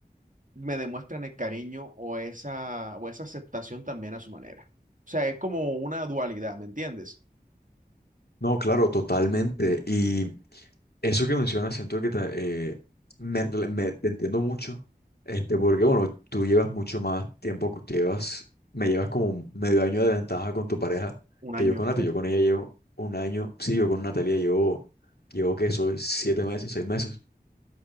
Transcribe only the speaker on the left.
No, claro, totalmente. Y eso que mencionas, siento que te, eh, me, me- te entiendo mucho, este, porque bueno, tú llevas mucho más tiempo, que llevas, me llevas como medio año de ventaja con tu pareja
que
yo con Nati. Yo con ella llevo un año, sí, yo con Natalia llevo, llevo que soy siete meses, seis meses.